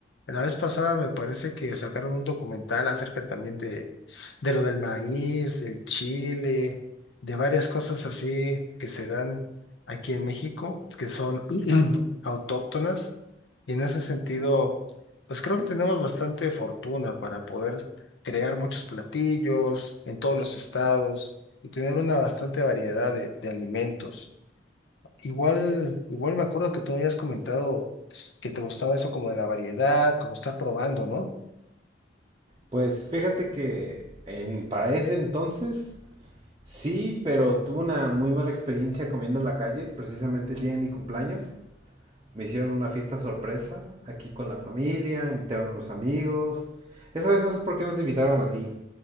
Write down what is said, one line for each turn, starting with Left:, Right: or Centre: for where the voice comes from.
Left: La vez pasada me parece que sacaron un documental acerca también de, de lo del maíz, del chile, de varias cosas así que se dan aquí en México, que son <clears throat> autóctonas y en ese sentido, pues creo que tenemos bastante fortuna para poder crear muchos platillos en todos los estados y tener una bastante variedad de, de alimentos. Igual, igual me acuerdo que tú me habías comentado que te gustaba eso como de la variedad, como estar probando, ¿no?
Right: Pues fíjate que en, para ese entonces sí, pero tuve una muy mala experiencia comiendo en la calle, precisamente el día de mi cumpleaños. Me hicieron una fiesta sorpresa aquí con la familia, invitaron a los amigos. Esa vez no sé por qué no te invitaron a ti,